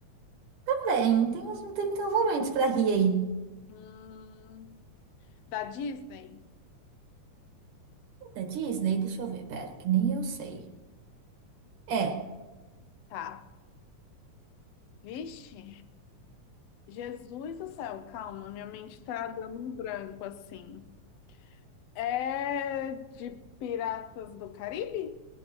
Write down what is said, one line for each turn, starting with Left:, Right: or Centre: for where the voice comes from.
Right: Também. Tem uns, tem, tem uns momentos pra rir aí.
Left: Hum, da Disney?
Right: Da Disney? Deixa eu ver, pera, que nem eu sei. É.
Left: Tá. Vixe, Jesus do céu, calma, minha mente tá dando um branco assim. É de Piratas do Caribe?